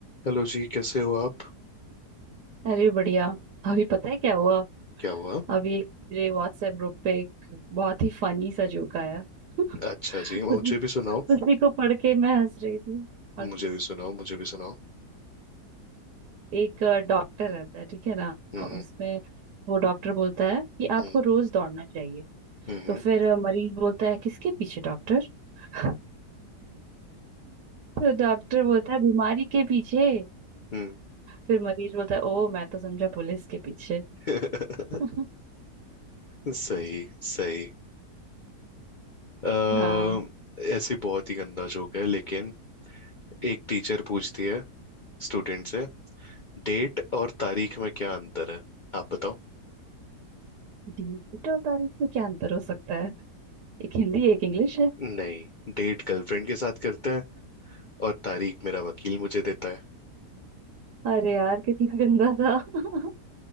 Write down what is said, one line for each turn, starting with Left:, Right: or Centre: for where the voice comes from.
Left: Hello जी कैसे हो आप
Right: अरे बढ़िया अभी पता है क्या हुआ
Left: क्या हुआ
Right: अभी एक मेरे व्हाट्सएप ग्रुप पे एक बहुत ही फनी सा जोक आया <laughs>
Left: अच्छा जी मुझे
Right: उसी
Left: भी सुनाओ
Right: उसी को पढ़ के मैं हंस रही थी और
Left: मुझे भी सुनाओ मुझे भी सुनाओ
Right: एक डॉक्टर रहता है ठीक है ना
Left: हम्म
Right: उसमें वो डॉक्टर बोलता है कि
Left: हम्म
Right: आपको रोज दौड़ना चाहिए
Left: हम्म
Right: तो फिर अ, मरीज बोलता है किसके पीछे डॉक्टर <laughs> तो डॉक्टर बोलता है बीमारी के पीछे
Left: हम्म।
Right: फिर मरीज बोलता है ओ मैं तो समझा पुलिस के पीछे
Left: <laughs>
Right: <laughs>
Left: सही सही अः
Right: हाँ
Left: ऐसी बहुत ही गंदा जोक है लेकिन एक टीचर पूछती है स्टूडेंट से डेट और तारीख में क्या अंतर है आप बताओ
Right: डीट और तारीख में क्या अंतर हो सकता है एक हिंदी एक इंग्लिश है
Left: नहीं डेट गर्लफ्रेंड के साथ करते हैं और तारीख मेरा वकील मुझे देता है
Right: अरे यार कितना गंदा था <laughs>